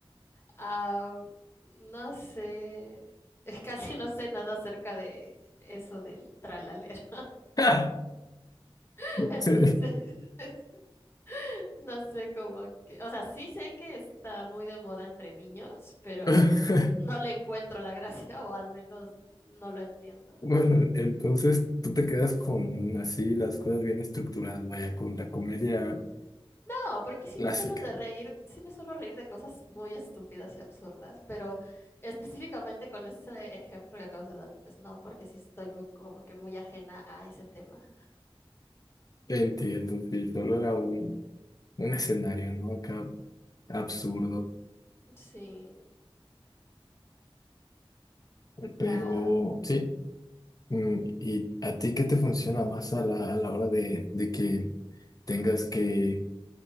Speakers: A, on the left; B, on the left.
A: Ah, no sé, es casi no sé nada acerca de eso del tralalero.
B: <laughs>
A: <laughs> Entonces,
B: Sí.
A: <laughs> No sé cómo que, o sea, sí sé que está muy de moda entre niños, pero
B: <laughs>
A: no le encuentro la gracia o al menos no lo entiendo.
B: Bueno, entonces tú te quedas con así las cosas bien estructuradas, vaya, con la comedia
A: No, porque sí
B: clásica.
A: me suelo de reír, sí me suelo reír de cosas muy estúpidas y absurdas, pero específicamente con ese ejemplo que acabas de dar, pues no, porque sí estoy muy como que muy ajena a ese tema.
B: Entiendo, sí, solo era un, un escenario, ¿no? Acá absurdo,
A: Sí,
B: pero
A: ah,
B: sí. mm, ¿Y a ti qué te funciona más a la, a la hora de, de que tengas que